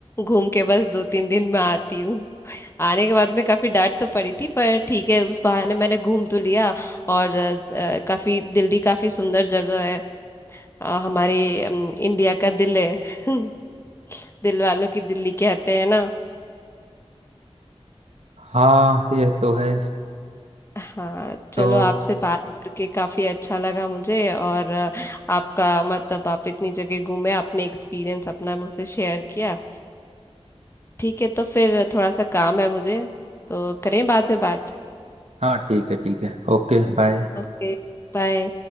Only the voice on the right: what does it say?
हाँ यह तो है
तो
हाँ ठीक है ठीक है ओके बाय